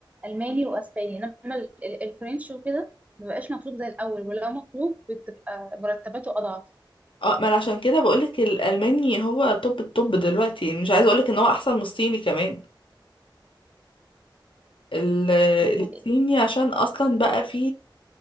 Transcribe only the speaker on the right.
الماني واسباني انما ال- ال- الفرنش وكده مبقاش مطلوب زي الاول ولو مطلوب بتبقى مرتباته اضعف
ال-